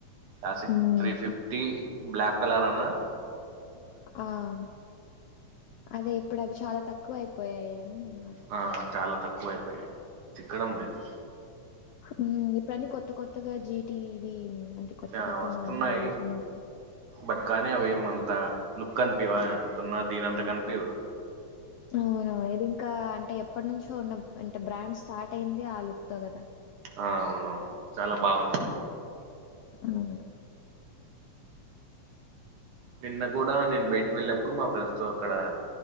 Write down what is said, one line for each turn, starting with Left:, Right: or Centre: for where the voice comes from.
Right: క్లిసిక్
Left: హ్మ్.
Right: త్రీ ఫిఫ్టీ బ్లాక్ కలర్ అన్నా
Left: ఆం అదే ఇప్పుడు అవి చాలా తక్కువ అయిపోయాయి అని విన్నాను
Right: ఆ చాలా తక్కువ అయిపోయాయి చిక్కడం లేదు
Left: ఉమ్ ఇప్పుడు అన్నీ కొత్త కొత్తగా జీ టి ఇవి అంటే కొత్త
Right: ఆ
Left: కొత్తగా
Right: వస్తున్నాయి
Left: మోడల్స్ అన్నీ వచ్చాయి
Right: బట్ కానీ అవి ఏం అంత లుక్ అనిపియ్యవా ఎంతన్నా దీని అంత కనిపీవు
Left: అవునవు ఇది ఇంకా అంటే ఎప్పటి నుంచో ఉన్న అంటే బ్రాండ్ స్టార్ట్ అయ్యిందే ఆ లుక్ తో కదా
Right: ఆ అవునవును చాలా బాగుంటు
Left: <inaudible>
Right: నిన్న కూడా నేను బయటికి వెళ్ళినప్పుడు మా ఫ్రెండ్స్ తో అక్కడ